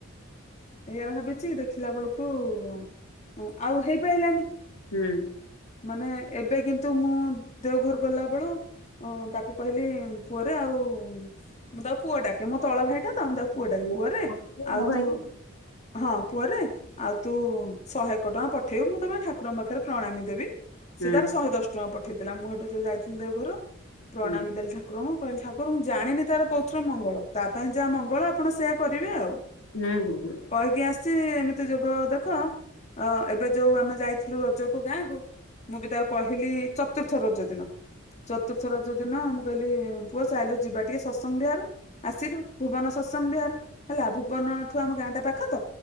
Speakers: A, on the left; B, on the left.
A: ଏଇଆ ଭାବିଛି ଦେଖିଲା ବେଳକୁ ଅଁ, ଆଉ ହେଇପାଇଲାନି।
B: ହୁଁ।
A: ମାନେ ଏବେ କିନ୍ତୁ ମୁଁ ଦେଓଘର ଗଲା ବେଳୁ ଅ, ତାକୁ କହିଲି ପୁଅରେ ଆଉ, ମୁଁ ତାକୁ ପୁଅ ଡାକେ ମୋ ତଳ ଭାଇ ଟା ତ ମୁଁ ତାକୁ ପୁଅଟା
B: ମୁଁ
A: ପୁଅରେ ଆଉ
B: ମୋ ଭାଇ
A: ତୁ ହଁ ପୁଅରେ ଆଉ ତୁ ଶହେ ଏକ ଟଙ୍କା ପଠେଇବୁ ମୁଁ ତ ପାଇଁ ଠାକୁରଙ୍କ ପାଖରେ ପ୍ରଣାମୀ ଦେବି
B: ହୁଁ
A: ସେ ତାର ଶହେ ଦଶ୍ ଟଙ୍କା ପଠେଇଥିଲା ମୁଁ ଏଇଠୁ ଯୋଉ ଯାଇଥିଲି ଦେଓଘରୁ ପ୍ରଣାମୀ
B: ହୁଁ
A: ଦେଲି ଠା ଠାକୁରଙ୍କୁ କହିଲି ଠାକୁରଙ୍କୁ ଜାଣିନି ତାର କୋଉଥିରେ ମଙ୍ଗଳ ତା ପାଇଁ ଯାହା ମଙ୍ଗଳ ଆପଣ ସେଇଆ କରିବେ ଆଉ।
B: ନେ ହୁଁ ହୁଁ
A: କହିକି ଆସିଛି ଏମିତି ଯୋଗ ଦେଖ ଏବେ ଯୋଉ ଆମେ ଯାଇଥିଲୁ ରଜକୁ ଗାଁକୁ ମୁଁ ବି ତାକୁ କହିଲି ଚତୁର୍ଥ ରଜ ଦିନ ଚତୁର୍ଥ ଚତୁର୍ଥ ରଜ ଦିନ ମୁଁ କହିଲି ପୁଅ ଚାଲିଲୁ ଯିବା ଟିକେ ସତସଙ୍ଗ ବିହାର ଆସିଲୁ ଭୁବନ ସତସଙ୍ଗ ବିହାର ହେଲା ଭୁବନଠୁ ଆମ ଗାଁଟା ପାଖ ତ